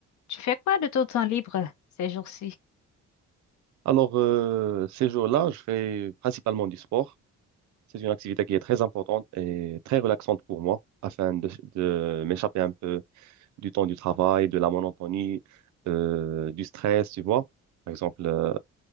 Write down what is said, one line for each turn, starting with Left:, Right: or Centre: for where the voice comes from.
Left: Tu fais quoi de ton temps libre ces jours-ci?
Right: Alors, euh, ces jours-là, je fais principalement du sport. C'est une activité qui est très importante et très relaxante pour moi, afin de, de m'échapper un peu du temps du travail, de la monotonie, euh, du stress, tu vois. Par exemple, euh,